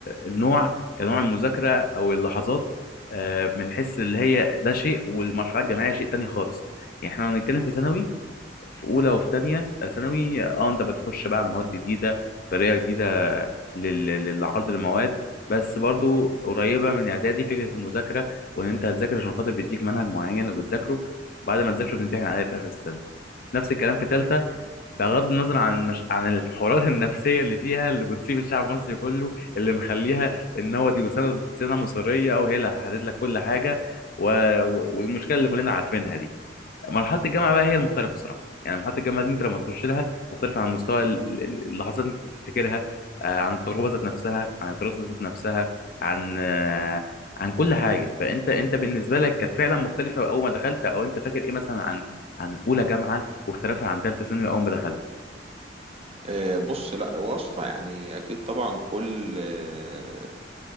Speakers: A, on the left (about 50°); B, on the right (about 35°).
A: النوع كنوع المذاكره او اللحظات آه، بنحس اللي هي ده شيء والمرحله الجامعيه شيء تاني خالص يعني احنا لو بنتكلم في ثانوي في اولى وفي ثانيه ثانوي اه آه، انت بتخش بقى على مواد جديده طريقه جديده لل... للعرض المواد بس برضو قريبه من اعدادي فكره المذاكره وان انت هتذاكر عشان خاطر بيديك منهج معين وبتذاكره وبعد ما تذاكره بتمتحن عليه في اخر السنه نفس الكلام في ثالثه بغض النظر عن مش... عن الحوارات <laughs> النفسيه اللي فيها اللي بتصيب الشعب المصري كله اللي مخليها ان هو دي سنه سنه مصيريه وهي اللي هتحدد لك كل حاجه و... و- والمشكله اللي كلنا عارفينها دي مرحله الجامعه بقى هي المختلفه الصراحه يعني مرحله الجامعه دي انت لما تخش لها مختلفه عن مستوى ال- ال- اللحظات اللي انت بتفتكرها آه، عن التجربه ذات نفسها عن الدراسه ذات نفسها عن آه، عن كل حاجه فانت انت بالنسبه لك كانت فعلا مختلفه اول ما دخلت او انت فاكر ايه مثلا عن عن اولى جامعه واختلافها عن ثالثه ثانوي اول ما دخلت
B: آه، بص لا واسطة يعني أكيد طبعا كل آه،